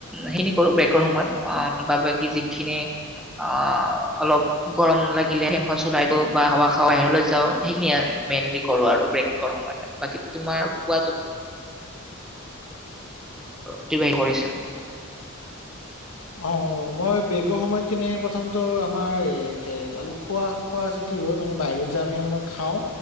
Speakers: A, in the centre; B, on the left.
A: সেইিনি কৰো ব্ৰেকৰ সময়ত ব বাকী যিখিনি। আহ অলপ গৰম লাগিলে ফেনখন চলাই দিওঁ বা হাৱা খাৱা বাহিৰলৈ যাওঁ সেইখিনিয়ে মেইনলি কৰো আৰু ব্ৰেকৰ সময়ত বাকমাৰুমমাৰ বেক অতিবাহ কৰিছা।
B: হয় আহ মই বেগৰ সময়ত। কেনে প্ৰথমটো আমাৰ অলপ খোৱা খোৱা চিতি হয়। মানে বাহিৰত যা আমি অলপমান খাওঁ